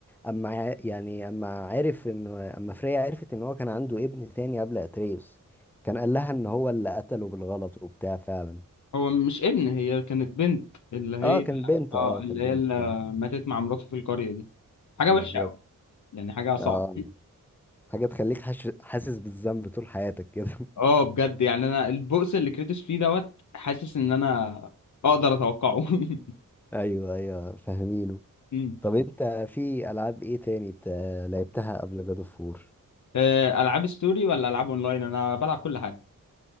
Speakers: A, in the centre; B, on the left.
A: اما ع- يعني اما عرف ان اما فريا عرفت ان هو كان عنده ابن تاني قبل اتريوس كان قال لها ان هو اللي قتله بالغلط وبتاع فعلا
B: هو مش ابن هي كانت بنت اللي هي
A: اه كان بنت
B: اه
A: اه
B: اللي
A: كان
B: هي
A: بنت
B: اللي
A: فعلا
B: ماتت مع مراته في القرية دي حاجة
A: بالظبط
B: وحشة أوي يعني حاجة صعبة
A: اه حاجة تخليك حش... حاسس بالذنب طول حياتك كده
B: اه بجد يعني أنا البؤس اللي كريتوس فيه دوت حاسس إن أنا أقدر أتوقعه <laughs>
A: <laughs> ايوه ايوه فاهمينه
B: مم.
A: طب انت في العاب ايه تاني بت... لعبتها قبل جاد اوف وور
B: آه، العاب ستوري ولا العاب اونلاين انا بلعب كل حاجه